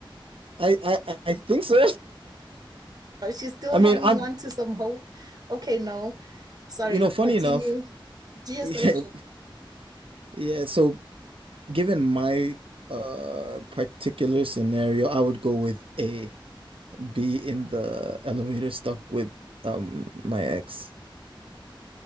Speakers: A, on the right; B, on the right.
A: I, I, I I think so.
B: Oh, she's
A: <laughs>
B: still
A: I mean,
B: hanging
A: I'm.
B: on to some hope. Okay, no, sorry,
A: You know, funny
B: continue.
A: enough. <laughs>
B: Do your
A: Yeah.
B: selection.
A: Yeah. So, given my uh particular scenario, I would go with A. Be in the elevator stuck with um my ex.